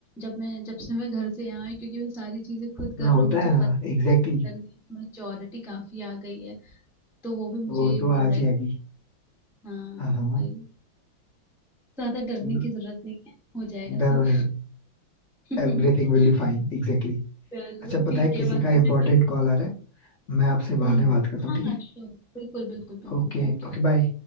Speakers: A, in the centre; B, on the left (about 50°).
A: जब मैं जब से मैं घर से यहाँ आई क्योंकि मैं सारी चीजें खुद कर
B: हाँ
A: रहा
B: होता
A: हूँ मुझे
B: है ना
A: पता
B: एग्जैक्टली exactly,
A: नहीं मैच्योरिटी काफी आ गई है तो वो भी मुझे
B: वो
A: ही
B: तो
A: बोल
B: आ
A: रहा
B: जाएगी
A: है कि हाँ
B: हाँ हाँ
A: भाई ज्यादा डरने
B: चलो,
A: की जरूरत नहीं है हो जाएगा
B: डरो
A: सब
B: नहीं
A: <laughs>
B: Everything will be fine exactly
A: चलो
B: अच्छा
A: ठीक
B: पता है
A: है
B: किसी
A: बाकी
B: का इंपॉर्टेंट
A: मैं कभी
B: कॉल आ रहा है मैं आपसे
A: हम्म
B: बाद में बात करता
A: हाँ
B: हूँ ठीक
A: हाँ
B: है
A: श्योर बिल्कुल बिल्कुल बिल्कुल
B: Okay
A: ओके
B: okay bye